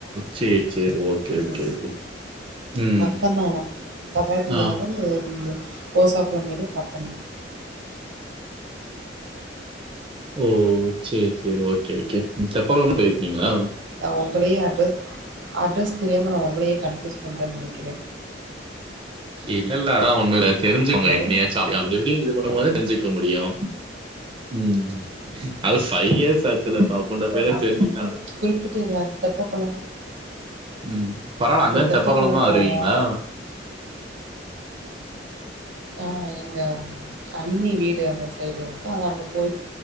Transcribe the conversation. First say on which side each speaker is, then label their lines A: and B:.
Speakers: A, on the right (about 30°); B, on the right (about 75°).
A: சேர் சேர் ஓக்கே
B: ம்
A: ஓக்கே ஓகே ம்
B: பக்கந்தான் ஆனா தபால் தந்தி
A: ஆ
B: நகர் இந்த கோசா குளம் மெரி பாக்கம்
A: ஓ சேர் சேர் ஓக்கே ஓக்கே செப்பல் வாங் போய்ர்க்கீங்ளா
B: நா உங்களே அட்ரஸ் அட்ரஸ் தெரியாம நா உங்களயே கன்ஃபயூஸ் பண்ற நெனைக்கிற
A: இல்ல இல்ல அதா ஒண்ணு தெரிஞ்சுக்கோங்க
B: ஹலோ
A: இன்னாச்ச அப்டி எப்டி இது பண்ணு போது தெரிஞ்சிக்க முடியு ம் அது பைவ் இயர்ஸ் பேச்சுலர் பா <unintelligible> தெரிஞ்சிட்டா
B: குறிப்பிட்டு இல்ல தெப்ப கொளோ
A: ம் பரவால அங்க
B: தெப்பக்குளம்
A: தெப்பகொளம்லா
B: போவோ
A: வருவீங்களா
B: ஆ எங்க அண்ணி வீடு அந்த சைடு இருக்கு அத அங்க போயி